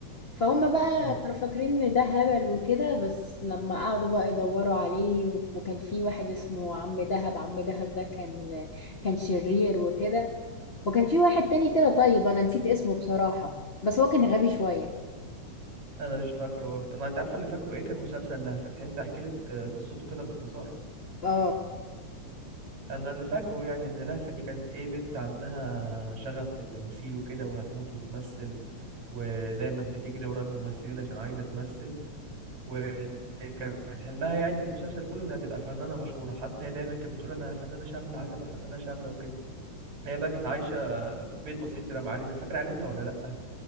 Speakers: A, on the left; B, on the right.
A: فهم بقى
B: اه
A: كانوا فاكرين ان ده هبل وكده بس لما قعدوا بقى يدوروا عليه وكان في واحد اسمه عم دهب عم دهب ده كان كان شرير وكده وكان في واحد تاني كده طيب انا نسيت اسمه بصراحة بس هو كان غبي شوية
B: انا مش فاكره برضه انا انت عارفة اللي فاكره ايه كان مسلسل لهفة تحب احكي لك آه، قصته كده باختصار
A: اه
B: انا اللي فاكره يعني ان لهفة دي كانت ايه بنت عندها شغف في التمثيل وكده وهتموت وتمثل ودايما بتجري ورا الممثلين عشان عايزة تمثل وكان حلمها يعني المسلسل كله انها تبقى فنانة مشهورة حتى هي دايما كانت بتقول انا فنانة شاملة عايزة ابقى فنانة شاملة وكده هي بقى كانت عايشة في بيت بسيط كده مع عيلتها فاكرة عيلتها ولا لا